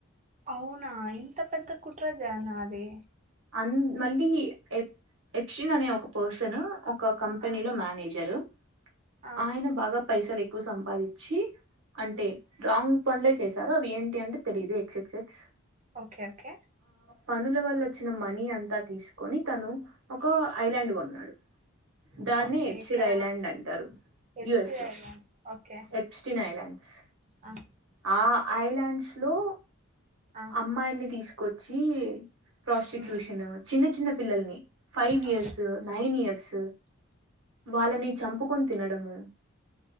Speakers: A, on the right (about 35°); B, on the right (about 60°).
A: అవునా ఇంత పెద్ద కుట్ ట్ర దానా అది
B: అన్ మళ్ళీ ఎప్ ఎప్షన్ అనే ఒక పర్సన్ ఒక కంపెనీ
A: ఆ!
B: లో మేనేజరు
A: ఆ!
B: ఆయన బాగా పైసలు ఎక్కువ సంపాదిచి అంటే
A: హ్మ్.
B: రాంగ్ పనులే చేశారు అవి ఏంటి అంటే తెలియదు X X X
A: okay okay
B: పనులవల్లచ్ మనీ అంతా తీసుకొని తను ఒక ఐలాండ్ కొన్నాడు. దాన్ని
A: ఓకే.
B: ఎప్సిన్
A: ఎక్కడ?
B: ఐలాండ్ అంటారు
A: హెచ్‌సిఐలో.
B: యుఎస్ లో
A: ఓకే.
B: ఎప్స్టిన్ ఐలాండ్స్
A: ఆ!
B: ఆ. ఐలాండ్స్ లో
A: ఆ!
B: అమ్మాయిని తీస్ కొచ్చి ప్రాస్టిట్యూషన్
A: హ్మ్.
B: చిన్న చిన్న పిల్లల్ని ఫైవ్ ఇయర్స్
A: ఆ!
B: నైన్ ఇయర్స్ వాళ్ళని చంపుకొని తినడము